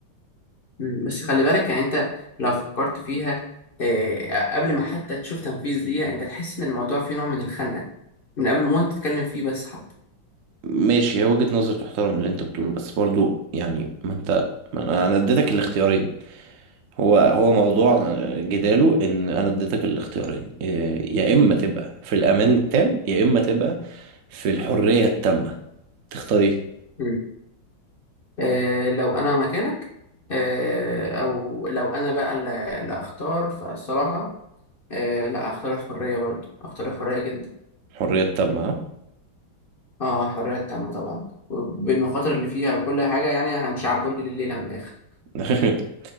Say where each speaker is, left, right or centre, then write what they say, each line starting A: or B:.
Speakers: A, on the left; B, on the right.
A: مم. بس خلي بالك يعني انت لو فكرت فيها آه، قبل ما حتى تشوف تنفيذ ليها انت تحس ان الموضوع فيه نوع من الخنقة من قبل ما انت تتكلم فيه بس حتى
B: ماشي هي وجهة نظر تحترم اللي أنت بتقوله بس برضو يعني ما أنت ما أنا أنا اديتك الاختيارين هو هو موضوع آه، جداله ان انا اديتك الاختيارين إيه، يا اما تبقى في الامان التام يا اما تبقى في الحرية التامة تختار ايه
A: مم. آه، لو انا مكانك آه، او لو انا بقى اللي اللي اختار فالصراحة آه، لا اختار الحرية برضه اختار الحرية جدا
B: الحرية التامة ها
A: اه الحرية التامة طبعا بالمخاطر اللي فيها وكل حاجة يعني هنشعبولي الليلة من الاخر
B: <laughs>